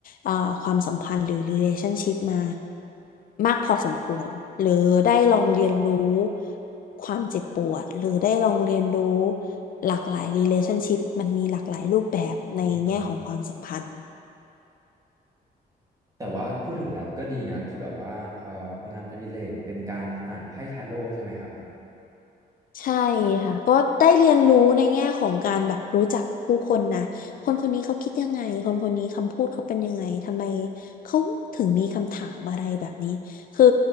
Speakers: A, on the left (about 60°); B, on the right (about 20°).
A: อ่าความสัมพันธ์หรือ relationship มามากพอสมควรหรือได้ลองเรียนรู้ความเจ็บปวดหรือได้ลองเรียนรู้หลากหลาย relationship มันมีหลากหลายรูปแบบในแง่ของความสัมพันธ์
B: อืมครับแต่ว่าพูดถึงแล้วก็ดีนะครับที่แบบว่าเอ่องานอดิเรกเป็นการอ่านไพ่ทาโร่ใช่ไหมครับผม
A: ใช่ค่ะก็ได้เรียนรู้ในแง่ของการแบบรู้จักผู้คนนะคนคนนี้เขาคิดยังไงคนคนนี้คำพูดเขาเป็นยังไงทำไมเขาถึงมีคำถามอะไรแบบนี้คือ